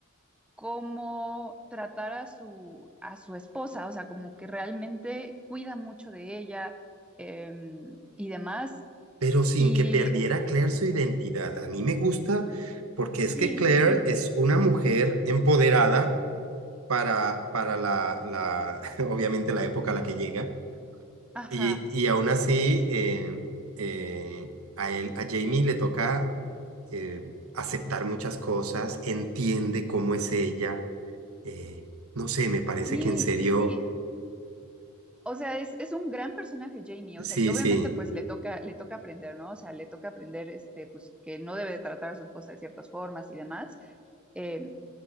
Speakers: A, in the centre; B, on the right.
A: cómo tratar a su, a su esposa, o sea, como que realmente cuida mucho de ella em, y demás.
B: pero sin
A: Y
B: que perdiera Claire su identidad. A mí me gusta porque es
A: sí,
B: que Claire
A: sí, sí.
B: es una mujer empoderada para, para la, la, <laughs> obviamente la época a la que llega,
A: Ajá,
B: y, y aún así eh, eh, a él, a Jamie le toca eh, aceptar muchas cosas, entiende cómo es ella, eh, no sé, me parece
A: sí,
B: que en serio,
A: sí, sí. O sea, es, es un gran personaje Jamie,
B: sí,
A: o sea, y obviamente
B: sí,
A: pues le toca, le toca aprender, ¿no? O sea, le toca aprender, este, pues que no debe de tratar a su esposa de ciertas formas y demás. Eh,